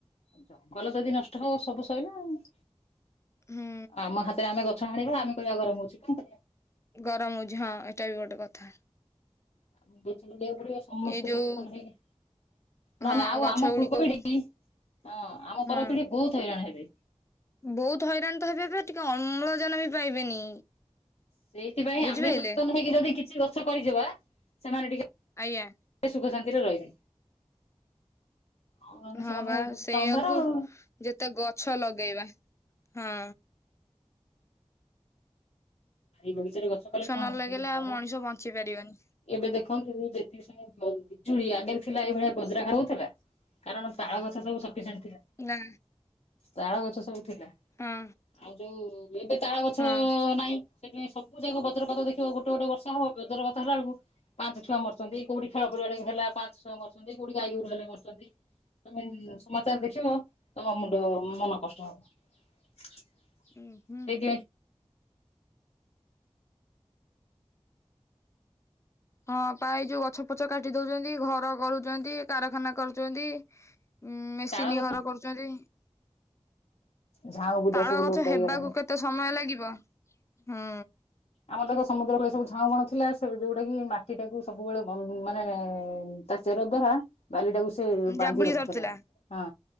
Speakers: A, on the left (about 85°); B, on the left (about 25°).
A: ଜଙ୍ଗଲ ଯଦି ନଷ୍ଟ ହବ ସବୁ ସଇଲା ଆଉ।
B: ହୁଁ
A: ଆମ ହାତରେ ଆମେ ଗଛ ହାଣିବା ଆମେ କହିବା ଗରମ ହଉଛି କ
B: ଗରମ ହୋଉଛି, ହଁ ଏଟା ବି ଗୋଟେ କଥା।
A: ଆ ଗଛ ଲଗେଇବାକୁ ପଡିବ ସମସ୍ତେ
B: ଏଇ ଯୋଉ
A: ସଚେତନ ହେଇକି। ନହେଲେ
B: ହଁ
A: ଆଉ
B: ଗଛ
A: ଆମ
B: ଗୁଡିକକୁ
A: ପୂର୍ବ ପିଢି, ହଁ ଆମ
B: ହଁ
A: ପରପିଢି ବହୁତ ହଇରାଣ ହେବେ।
B: ବହୁତ ହଇରାଣ ତ ହେବେ ହେବେ ଟିକେ ଅମ୍ଳଜାନ ବି ପାଇବେନି।
A: ସେଇଥିପାଇଁ ଆମେ
B: ବୁଝିପାରିଲେ
A: ସଚେତନ ହେଇକି ଯଦି କିଛି ଗଛ କରିଯିବା ସେମାନେ ଟିକେ
B: ଆଜ୍ଞା।
A: ସେ ସୁଖ ଶାନ୍ତିରେ ରହିବେ। ଆଉ ଆମେ
B: ହଁ
A: ସେମାନଙ୍କ
B: ବା
A: ଭବିଷ୍ୟତ
B: ସେଇଆକୁ
A: ଅନ୍ଧାର ଆଉ।
B: ଯେତେ ଗଛ ଲଗେଇବା ହଁ।
A: ଏଇ ବଗିଚାରେ ଗଛ କଲେ କଣ
B: ନ
A: ହବ
B: ଲଗେଇଲେ
A: କିନ୍ତୁ ବଡ
B: ଆଉ ମଣିଷ ବଞ୍ଚି ପାରିବନି
A: ଏବେ ଦେଖନ୍ତୁ ଯେତିକି ସେ ବିଜୁଳି ଆଗରେ ଥିଲା ଏଇଭଳିଆ ବଜ୍ର ହାର ହଉଥିଲା। କାରଣ ତାଳ ଗଛ ସବୁ ସପିସେଣ୍ଟ ଥିଲା।
B: ନା।
A: ତାଳ ଗଛ ସବୁ ଥିଲା,
B: ହଁ
A: ଆଉ ଯୋଉ ଏବେ ତାଳ ଗଛ
B: ହଁ
A: ନାହିଁ। ସେଇଥିପାଇଁ ସବୁ ଯା ବଜ୍ରପାତ ଦେଖିବ ଗୋଟେ ଗୋଟେ ବର୍ଷ ହବ ବଜ୍ରପାତ ହେଲା ବେଳକୁ ପାଞ୍ଚ ଛୁଆ ମରଚଛନ୍ତି, କୋଉଠି ଖେଳ ପଡିଆ ଲାଗି ହେଲା ପାଞ୍ଚ ଛୁଆ ମରଛନ୍ତି, କୋଉଠି ଗାଈଗୋରୁ ହେଲେ ମରଚଛନ୍ତି। ତମେ ସମାଚାର ଦେଖିବ ତମ ମୁଣ୍ଡ ମନ କଷ୍ଟ ହବ, ସେଇଥିପାଇଁ
B: ଉଁ ହୁଁ ହଁ ପା ଏଇ ଯୋଉ ଗଛ ପଛ କାଟି ଦଉଛନ୍ତି ଘର କରୁଛନ୍ତି, କାରଖାନା କରୁଛନ୍ତି। ଉ ମେସିନ୍
A: ତାଳ ଗଛ
B: ଘର କରୁଛନ୍ତି,
A: ଝାଉଁ ବୁଦା
B: ତାଳ
A: ସବୁ
B: ଗଛ
A: ଲୋପ ପାଇଗଲାଣି।
B: ହେବାକୁ କେ ତେ ସମୟ ଲାଗିବ ହୁଁ।
A: ଆମର ଦେଖ ସମୁଦ୍ର କୂଳେ ସବୁ ଝାଉଁ ବଣ ଥିଲା ସେ ଯୋଉଟା କି ମାଟି ଟାକୁ ସବୁବେଳେ ମାନେ ତା ଚେର ଦ୍ୱାରା ବାଲିଟାକୁ ସେ ବାନ୍ଧି
B: ଜାବୁଡି
A: ରଖୁଥିଲା
B: ଧରିଥିଲା
A: ହଁ